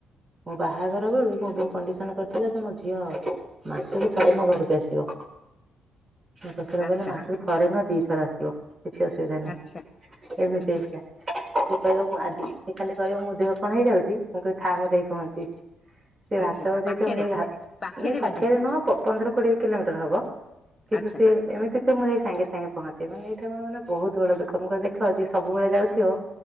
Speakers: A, on the right; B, on the left.
A: ମୋ ବାହାଘର ବେଳୁ ମୋ ବୋଉ କଣ୍ଡିସନ କରିଥିଲା <unintelligible> ମୋ ଝିଅ ମାସୁକୁ ଥରେ ମୋ ମୋ ଘରୁକୁ ଆସିବ। ଶଶୁର କହିଲେ
B: ଆଚ୍ଛା।
A: ମାସୁକୁ ଥରେ ନୁହଁ ଦିଥର ଆସିବ କିଛି ଅସୁବିଧା ନାହିଁ
B: ଆଚ୍ଛା
A: ଏମିତି
B: ହୁଁ
A: ହେଇଥିଲା।
B: ହୁଁ
A: ସେ କହିବ ମୁଁ ଆଜି ସେ ଖାଲି କହିବ ମୋ ଦେହ କଣ ହେଇଯାଉଚି ମୁଁ କହିବି ଥା ମୁଁ ଯାଇ ପହଞ୍ଚିବି। ସେ ଭାତ
B: ଆଚ୍ଛା
A: ବସେଇଥିବ
B: ପାଖରେ
A: ମୁଁ ଜାଇଁକି ଭା,
B: ପାଖରେ
A: ନାଇ ପାଖେରେ
B: ବୋଧେ
A: ନୁହଁ ପ ପନ୍ଦର କୋଡିଏ କିଲୋମିଟର ହବ। <unintelligible>
B: ଆଚ୍ଛା
A: ଏମିତିକି ମୁଁ ଯାଇ ସାଙ୍ଗେ ସାଙ୍ଗେ ପହଞ୍ଚିମି ଏଇଟା ମୋର ମାନେ ବହୁତ୍ ବଡ ଦୁଃଖ ମୁଁ <unintelligible> ଦେଖ ଯିଏ ସବୁବେଳେ ଯାଉଥିବ